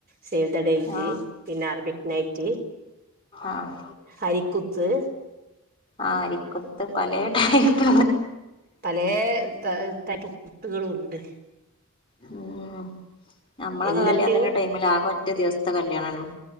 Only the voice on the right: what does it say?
save the date
പിന്നെ അറബിക്ക് നൈറ്റ്
ഹരിക്കുത്ത്
പല ടൈപ്പ്് കുട്ടികളും ഉണ്ട്
എല്ലത്തിനും